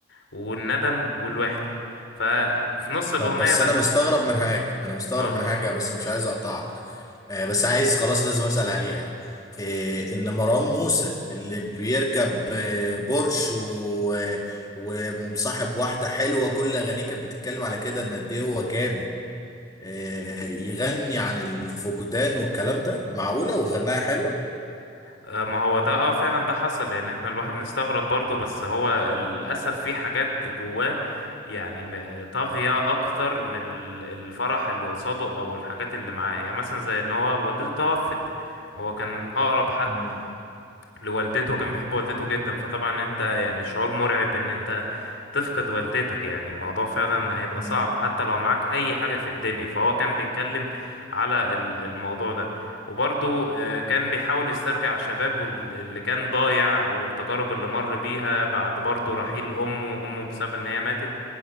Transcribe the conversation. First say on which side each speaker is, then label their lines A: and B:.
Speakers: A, on the left; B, on the left.
A: والندم والوحدة ففي نص الأغنية
B: طب بس
A: بقى
B: انا مستغرب من حاجه انا مستغرب
A: اه
B: من حاجه بس مش عايز اقطعك آه بس عايز خلاص لازم اسال عليها إيه ان مروان موسى اللي بيركب آه، بورش و... ومصاحب واحده حلوه كل اغانيه كانت بتتكلم على كده ان قد ايه هو جامد إيه يغني عن الفقدان والكلام ده معقوله وغناها حلوه
A: آه، ما هو ده اه فعلا ده حصل يعني احنا الواحد نستغرب برضه بس هو للأسف في حاجات جواه يعني م- طاغية أكتر من ال- الفرح اللي قصاده أو الحاجات اللي معاه يعني مثلا زي إن هو والدته توفت هو كان أقرب حد
B: مم.
A: لوالدته كان بيحب والدته جدا فطبعا انت يعني شعور مرعب ان انت تفقد والدتك يعني الموضوع فعلا هيبقى
B: مم.
A: صعب حتى لو معاك اي حاجة في الدنيا فهو كان بيتكلم على ال- الموضوع ده وبرضه آه، كان بيحاول يسترجع شبابه ال- اللي كان ضايع والتجارب اللي مر بيها بعد برضه رحيل امه امه بسبب ان هي ماتت